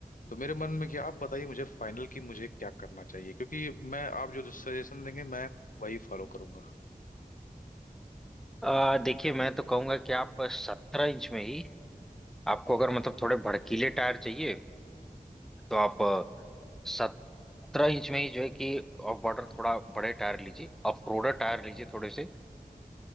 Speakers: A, on the left; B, in the centre.
A: तो मेरे मन में क्या आप बताइए मुझे फाइनल की मुझे क्या करना चाहिए क्योंकि मैं आप जो सजेशन देंगे मैं वही फॉलो करूंगा
B: आ, देखिए मैं तो कहूंगा कि आप सत्रह इंच में ही आपको अगर मतलब थोड़े भड़कीले टायर चाहिए तो आप सत्रह इंच में ही जो है कि ऑफ बॉर्डर थोड़ा बड़े टायर लीजिए ऑफ रोडर टायर लीजिए थोड़े से